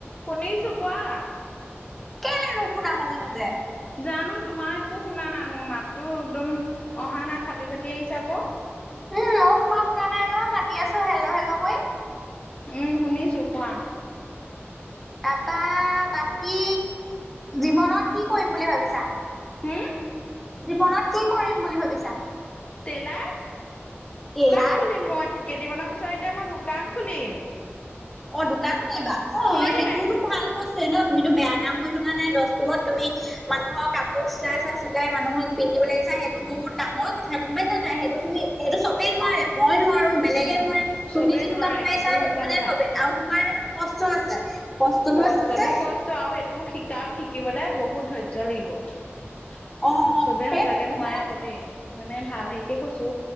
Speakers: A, on the left; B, in the centre.
A: শুনিছো, কোৱা
B: কেলে নুশুনা মাজে-মাজে?
A: জানো তোমাৰ একো শুনা নাই মই মাতটো একদম অহা নাই ফাটি-ফাটি আহিছে আকৌ।
B: উম মও তোমাৰ শুনা নাই নহয় মাতি আছো হেল্ল হেল্ল কৰি।
A: উম', শুনিছো কোৱা?
B: তাপা বাকী জীৱনত কি কৰিম বুলি ভাবিছা?
A: হুম?
B: জীৱনত কি কৰিম বুলি ভাবিছা?
A: টেইলাৰ,
B: টেইলাৰ
A: দোকান খুলিম মই কেইদিনমানৰ পিছত এতিয়া মই দোকান খুলিম।
B: অ, দোকান খুলিবা? অ
A: খুলি দিম
B: সেইটোওতো
A: এক
B: ভাল ব স্তুৱে ন তুমিতো বেয়া কাম কৰি থকা নাই, দচতোমত তুমি মানুহৰ কাপোৰ চিলাই চা চিলাই মানুহক পিন্ধিবলৈ চাই সেইটো বহুত ডাঙৰ কথা গম পাইছা নাই, সেইটো তুমি সেইটো চবেই নোৱাৰে মই নোৱাৰো বেলেগে
A: উম
B: নোৱাৰে
A: চবেই
B: তুমি যিটো
A: নোৱাৰে
B: কাম পাইছা সেইটো
A: সঁচা
B: মানে
A: কথা।
B: চবেই আৰু তোমাৰ সেইটো কষ্ট আছে। কষ্টটো
A: কষ্টতো
B: আচলতে
A: কষ্ট আৰু এইটো কাম শিকিবলে বহুত ধৈৰ্য্য লাগিব।
B: অ
A: চবে
B: সেইটোৱে
A: সঁচাকে
B: তোমাৰ
A: নোৱাই আকৌ দেই মানে ভাল হেৰিকে কৈছো